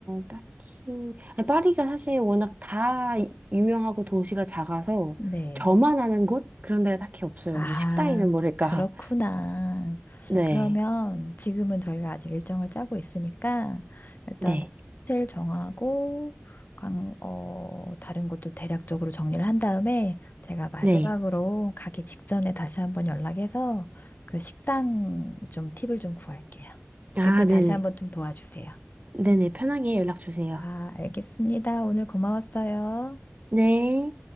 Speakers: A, on the right (about 35°); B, on the left (about 45°).
A: 딱히 아니, 파리가 사실 워낙 다 이- 유명하고 도시가 작아서
B: 네.
A: 저만 아는 곳 그런 데가 딱히 없어요.
B: 아,
A: 뭐 식당이면 모를까.
B: 그렇구나.
A: <laughs> 네,
B: 그러면 지금은 저희가 아직 일정을 짜고 있으니까 일단
A: 네,
B: 호텔 정하고 관, 어, 다른 것도 대략적으로 정리를 한 다음에 제가 마지막으로
A: 네.
B: 가기 직전에 다시 한번 연락해서 그 식당 좀 팁을 좀 구할게요.
A: 아,
B: 그때
A: 네네,
B: 다시 한번 좀 도와주세요.
A: 네네. 편하게 연락 주세요.
B: 아, 알겠습니다. 오늘 고마웠어요.
A: 네.